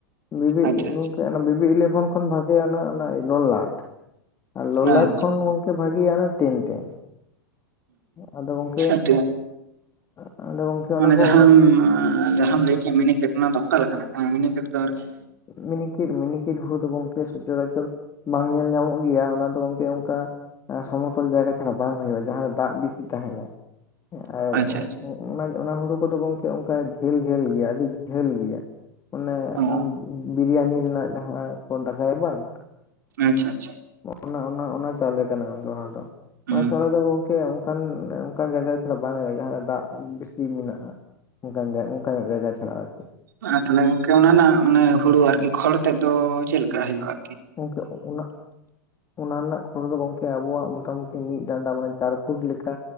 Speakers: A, on the left; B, on the right.
A: ᱵᱤᱵᱤ
B: ᱟᱪᱪᱷᱟ
A: ᱜᱚᱢᱠᱮ ᱵᱤᱵᱤ ᱤᱞᱮᱵᱷᱮᱱ ᱠᱷᱚᱱ ᱵᱷᱟᱜᱮ ᱚᱱᱟ ᱚᱱᱟ ᱞᱳ ᱞᱟᱴ ᱟᱨ
B: ᱟᱪᱪᱷᱟ
A: ᱞᱚᱞᱟᱴ ᱠᱷᱚᱱ ᱜᱚᱝᱠᱮ ᱵᱷᱟᱹᱜᱮᱤᱭᱟ ᱴᱮᱱ ᱴᱮᱱ ᱟᱫᱚ ᱜᱚᱝᱠᱮ
B: ᱟᱪᱪᱷᱟ
A: ᱟᱫᱚ ᱜᱚᱝᱠᱮ ᱚᱱᱟ
B: ᱚᱱᱮ
A: ᱠᱚ
B: ᱡᱟᱦᱟᱸᱢ
A: ᱚᱱᱟ
B: ᱡᱟᱦᱟᱸᱢ ᱞᱟᱹᱭ ᱠᱮᱫ ᱢᱤᱱᱤ ᱠᱷᱮᱛ ᱚᱱᱟ ᱫᱚ ᱚᱠᱟ ᱞᱮᱠᱟᱱᱟᱜ ᱠᱟᱱᱟ ᱢᱤᱱᱤ ᱠᱷᱮᱛ ᱫᱚ ᱟᱨ ᱠᱤ
A: ᱢᱤᱱᱤᱠᱤᱴ ᱢᱤᱱᱤᱠᱤᱴ ᱦᱩᱲ ᱫᱚ ᱜᱚᱝᱠᱮ ᱥᱚᱪᱚᱨᱟᱪᱚᱨ ᱵᱟᱝ ᱧᱮᱞ ᱧᱟᱢᱚᱜ ᱜᱮᱭᱟ ᱚᱱᱟ ᱫᱚ ᱜᱚᱝᱠᱮ ᱥᱮ ᱚᱱᱠᱟ ᱥᱚᱢᱚᱛᱚᱞ ᱡᱟᱭᱜᱟ ᱪᱷᱟᱲᱟ ᱵᱟᱝ ᱦᱩᱭᱩᱜᱼᱟ ᱡᱟᱦᱟᱸ ᱨᱮ ᱫᱟᱜ ᱵᱮᱥᱤ ᱛᱟᱦᱮᱱᱚᱜ ᱟᱨ
B: ᱟᱪᱪᱷᱟ
A: ᱚᱜ
B: ᱟᱪᱪᱷᱟ
A: ᱚᱜᱼᱼ ᱚᱱᱟ ᱚᱱᱟ ᱦᱩᱲᱩ ᱠᱚᱫᱚ ᱜᱚᱝᱠᱮ ᱚᱱᱠᱟ ᱡᱷᱟᱹᱞ ᱡᱷᱟᱹᱞ ᱜᱮᱭᱟ ᱟᱹᱰᱤ ᱡᱷᱟᱹᱞ ᱜᱮᱭᱟ ᱟᱱᱮ
B: ᱚ
A: ᱵᱤᱨᱤᱭᱟᱱᱤ ᱨᱮᱱᱟᱜ ᱡᱟᱦᱟᱸ ᱠᱚ ᱫᱟᱠᱟᱭᱟ ᱵᱟᱝ
B: ᱟᱪᱪᱷᱟ ᱟᱪᱪᱷᱟ
A: ᱚᱱᱟ ᱚᱱᱟ ᱚᱱᱟ ᱪᱟᱣᱞᱮ ᱠᱟᱱᱟ ᱜᱚᱝᱠᱮ ᱚᱱᱟ ᱫᱚ
B: ᱦᱩᱸ
A: ᱚᱱᱟ ᱪᱟᱣᱞᱮ ᱫᱚ ᱜᱚᱝᱠᱮ ᱚᱱᱠᱟᱱ ᱚᱱᱠᱟᱱ ᱡᱟᱭᱜᱟ ᱪᱷᱟᱲᱟ ᱵᱟᱝ ᱦᱩᱭᱩᱜᱼᱟ ᱡᱟᱦᱟᱸ ᱫᱟᱜ ᱵᱮᱥᱤ ᱢᱮᱱᱟᱜᱼᱟ ᱚᱱᱠᱟᱱ ᱚᱱᱠᱟᱱ ᱡᱟᱭᱜᱟ ᱪᱷᱟᱲᱟᱟᱜᱼᱟ ᱟᱨᱠᱤ
B: ᱟᱨ ᱛᱟᱦᱚᱞᱮ ᱠ ᱚᱱᱟ ᱦᱩᱲᱩ ᱟᱨᱠᱤ ᱠᱷᱚᱲ ᱛᱮᱫ ᱫᱚ ᱪᱮᱫ ᱞᱮᱠᱟ ᱦᱤᱡᱩᱜᱼᱟ
A: ᱜᱚᱢᱠᱮ ᱚᱱᱟ ᱚᱱᱟ ᱨᱮᱱᱟᱜ ᱠᱷᱚᱨᱚ ᱫᱚ ᱜᱚᱝᱠᱮ ᱟᱵᱚᱣᱟᱜ ᱢᱚᱴᱟᱢᱩᱴᱤ ᱢᱤᱫ ᱰᱟᱱᱰᱟ ᱢᱟᱱᱮ ᱪᱟᱨ ᱯᱷᱩᱴ ᱞᱮᱠᱟ